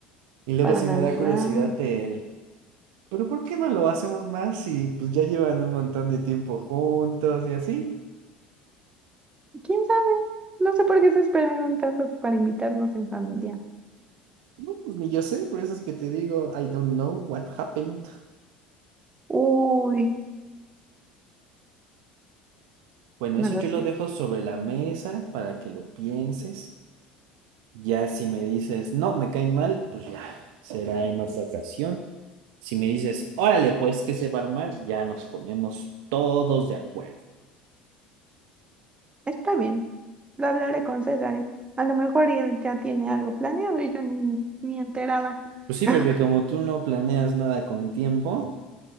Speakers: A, on the right (about 55°); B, on the right (about 20°).
A: Y luego
B: Para
A: sí
B: Navidad.
A: me da curiosidad el, pero ¿por qué no lo hacemos más si pues ya llevan un montón de tiempo juntos y así?
B: ¿Quién sabe? No sé por qué se esperaron tanto para invitarnos en familia.
A: No, Pues ni yo sé, por eso es que te digo, I don't know what happened.
B: Uy,
A: Bueno,
B: No
A: eso
B: lo
A: yo
B: sé.
A: lo dejo sobre la mesa para que lo pienses. Ya si me dices, no, me caen mal, pues ya, será en otra ocasión. Si me dices, órale, pues que se va a armar, ya nos ponemos todos de acuerdo.
B: Está bien. Lo hablaré con César. y A lo mejor y él ya tiene algo planeado y yo ni, ni enterada.
A: Pues sí,
B: <laughs>
A: porque como tú no planeas nada con tiempo.